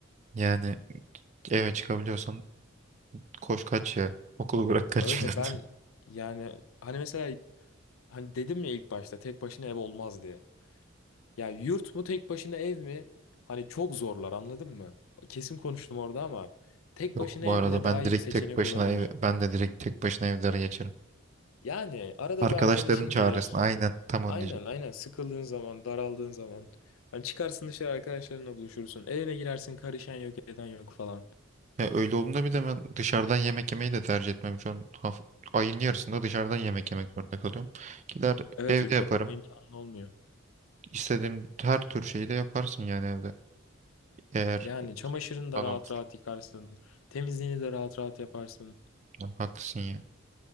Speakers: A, on the right; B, on the left.
A: Yani eve çıkabiliyorsan koş kaç ya. Okulu bırak kaç
B: Öyle
A: falan. <laughs>
B: ben yani hani mesela hani dedim ya ilk başta tek başına ev olmaz diye. Ya yurt mu tek başına ev mi? Hani çok zorlar anladın mı? Kesin konuştum orada ama tek
A: Yok
B: başına
A: bu
B: ev
A: arada
B: bile daha
A: ben
B: iyi
A: direkt
B: bir seçenek
A: tek başına
B: olabilir.
A: ev, ben de direkt tek başına evlere geçerim.
B: Yani arada
A: Arkadaşların
B: bir arkadaşın
A: çağırırsın.
B: gelir.
A: Aynen tam onu
B: Aynen
A: diyecektim.
B: aynen sıkıldığın zaman daraldığın zaman hani çıkarsın dışarı arkadaşlarınla buluşursun evine girersin karışan yok eden yok falan.
A: Ya öyle olduğunda bir de ben dışarıdan yemek yemeyi de tercih etmem. Şu an haf- ayın yarısında dışarıdan yemek yemek zorunda kalıyorum. Gider
B: Evet
A: evde
B: yurtta
A: yaparım.
B: yapma imkanın olmuyor.
A: İstediğim her tür şeyi de yaparsın yani evde. Eğer
B: Yani çamaşırını
A: imkan
B: da rahat
A: olursa.
B: rahat yıkarsın temizliğini de rahat rahat yaparsın.
A: Ya Haklısın ya.